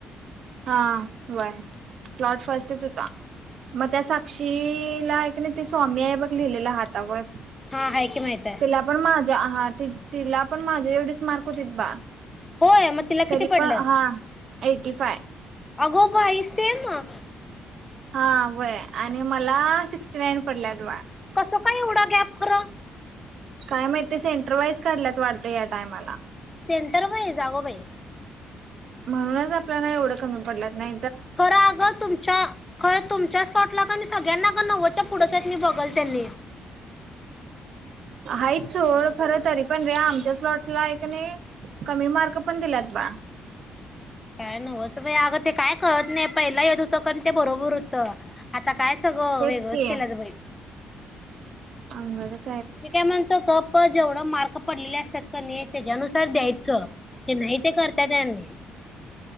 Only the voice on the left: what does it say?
हा हाय की माहित आहे.
होय मग तिला किती
पडल्यात
अगोबाई सेम म
कसं काय एवढा गॅप खरं
सेंटर वाईज, अगो बाई!
खर अग तुमच्या खर तुमच्या स्पॉट ला सगळ्यांना का नव्वदच्या पुढच आहेत मी बघल त्यांनी
काय नव्ह अस बाई अगं ते काय कळत नाही पहिला येत होत कनी ते बरोबर हो आता काय सगळं
वेगळच
केलत बई
मी काय म्हणतो गप प जेवढ मार्क पडलेले असतात का नाय, त्याच्यानुसार द्यायच हे नाय ते करतात यांनी